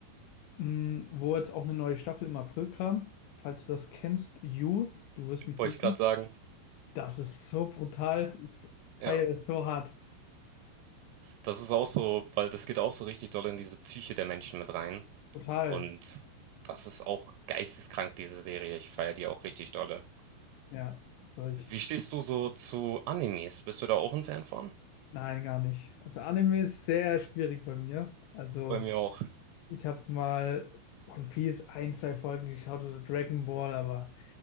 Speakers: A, on the left; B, on the right.
A: mh, wo jetzt auch eine neue Staffel im April kam. Falls du das kennst, You, du wirst mich
B: Wollte
A: lieben.
B: ich gerade sagen.
A: Das ist so brutal. Ich
B: Ja,
A: feiere es so hart.
B: das ist auch so, weil das geht auch so richtig doll in diese Psyche der Menschen mit rein.
A: Total.
B: Und das ist auch geisteskrank, diese Serie. Ich feiere die auch richtig dolle.
A: Ja. Also ich,
B: Wie stehst du so zu Animes? Bist du da auch ein Fan von?
A: nein, gar nicht. Also Anime ist sehr schwierig bei mir. Also
B: Bei mir auch.
A: ich habe mal One Piece ein, zwei Folgen geschaut oder Dragon Ball, aber.